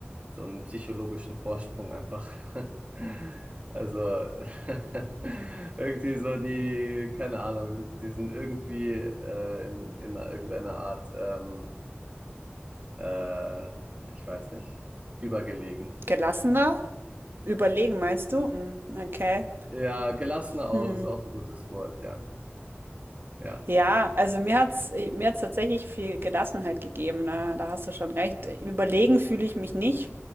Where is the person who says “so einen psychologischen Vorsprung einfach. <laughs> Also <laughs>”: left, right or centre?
Right